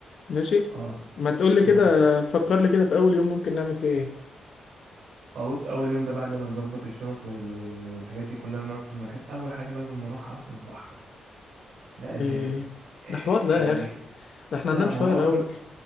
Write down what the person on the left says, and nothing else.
ماشي
ما تقول لي
كده فكر لي كده في اول يوم ممكن نعمل فيه ايه
ايه
ده حوار
ده يا اخي ده احنا هننام
شويه
الاول